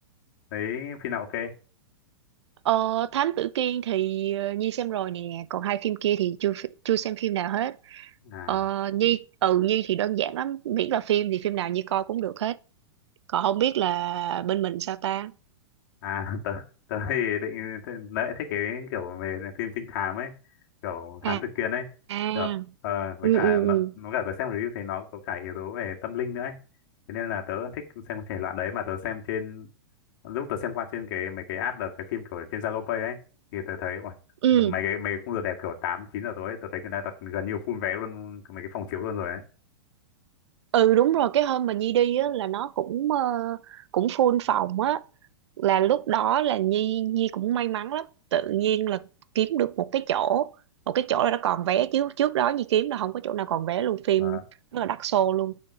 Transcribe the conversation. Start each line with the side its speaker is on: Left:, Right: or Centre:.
Left: thấy phim nào ok?
Right: ờ, Thám Tử Kiên thì ờ, Nhi xem rồi nè còn hai phim kia thì chưa phi- chưa xem phim nào hết
Left: à
Right: ờ, Nhi ừ Nhi thì đơn giản lắm miễn là phim thì phim nào Nhi coi cũng được hết còn không biết là bên mình sao ta
Left: À, <laughs> tớ, tớ thì định thế- tớ thích cái kiểu về phim trinh thám ấy, kiểu
Right: À.
Left: thám tử Kiên ấy.
Right: À.
Left: Kiểu, ờ, với
Right: Ừ.
Left: cả
Right: Ừ.
Left: nó,
Right: Ừ.
Left: nó cả tớ xem review thì nó có cả yếu tố về tâm linh nữa ấy. Thế nên là tớ thích xem thể loại đấy mà tớ xem trên lúc tớ xem qua trên cái mấy cái app đợt cái phim kiểu trên Zalo Pay ấy thì tớ thấy ôi,
Right: Ừ.
Left: mấy cái mấy cái khung giờ đẹp kiểu 8 9 giờ tối ấy, tớ thấy người ta đặt gần như full vé luôn mấy cái phòng chiếu luôn rồi ấy.
Right: ừ đúng rồi cái hôm mà Nhi đi á là nó cũng ờ, cũng full phòng á là lúc đó là Nhi Nhi cũng may mắn lắm tự nhiên là kiếm được một cái chỗ một cái chỗ là nó còn vé chứ trước đó Nhi kiếm là không có chỗ nào còn vé luôn phim
Left: Ờ,
Right: rất là đắt xô luôn